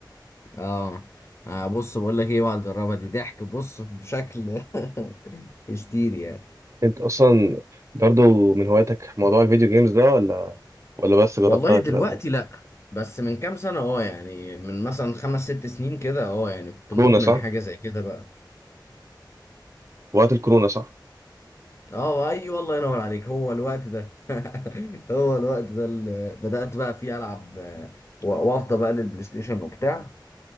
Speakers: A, on the left (about 35°); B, on the right (about 40°).
A: اه آه، بص بقول لك ايه اوعى تجربها دي ضحك بص بشكل <laughs> هستيري يعني.
B: انت اصلا برضو من هواياتك موضوع الفيديو جيمز ده ولا ولا بس جربتها
A: والله دلوقتي
B: كده قبل
A: لا بس من كام سنة اه يعني من مثلا خمس ست سنين كده اه يعني كنت
B: كورونا
A: مدمن
B: صح
A: حاجة زي كده بقى
B: وقت الكورونا صح
A: اه ايوه الله ينور عليك هو الوقت ده <laughs> هو الوقت ده اللي بدأت بقى فيه ألعب آه، و- وافضى بقى للبلاي ستيشن وبتاع